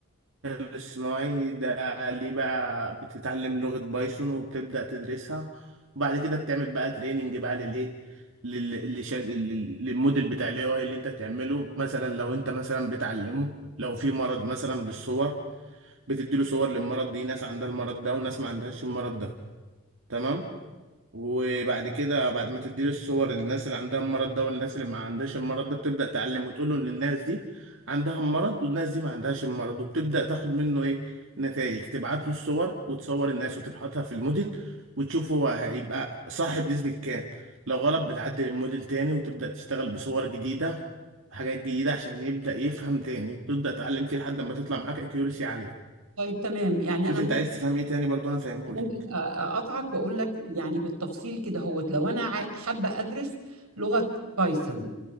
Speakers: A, on the right (about 60°); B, on the right (about 80°).
A: الاصطناعي ده ليه بقى بتتعلم لغة بايثون وبتبدأ تدرسها وبعد كده بتعمل بقى تريننج بقى للايه لل... للش- لل- للموديل بتاع الاي اي اللي انت تعمله مثلا لو انت مثلا بتعلمه لو في مرض مثلا بالصور بتديله صور للمرض دي ناس عندها المرض ده وناس ما عندهاش المرض ده تمام وبعد كده بعد ما تديله الصور للناس اللي عندها المرض ده والناس اللي ما عندهاش المرض ده بتبدأ تعلم وتقول له ان الناس دي عندها المرض والناس دي ما عندهاش المرض وبتبدأ تاخد منه ايه نتائج تبعت له الصور وتصور الناس وتبحثها في الموديل وتشوف هو هيبقى صح بنسبة كام لو غلط بتعدل الموديل تاني وتبدأ تشتغل بصور جديدة حاجات جديدة عشان يبدأ يفهم تاني وتبدأ تعلم فيه لحد ما تطلع معاك اكيورسي عالية
B: طيب تمام يعني
A: شوف
B: أنا
A: انت عايز تفهم ايه تاني برضه انا فاهمهولك
B: ممكن أ- أقطعك وأقول لك يعني بالتفصيل كده هوت لو أنا ع- حابة أدرس لغة بايثون